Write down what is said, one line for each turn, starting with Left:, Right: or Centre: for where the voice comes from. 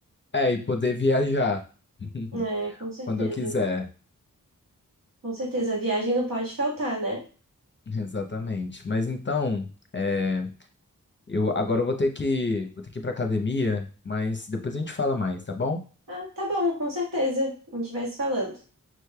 Left: É, e poder viajar <laughs>
Right: É, com certeza.
Left: quando eu quiser.
Right: Com certeza. A viagem não pode faltar, né?
Left: <laughs> Exatamente. Mas então, é, eu agora eu vou ter que, vou ter que ir para academia, mas depois a gente fala mais, tá bom?
Right: Ah, tá bom, com certeza. A gente vai se falando.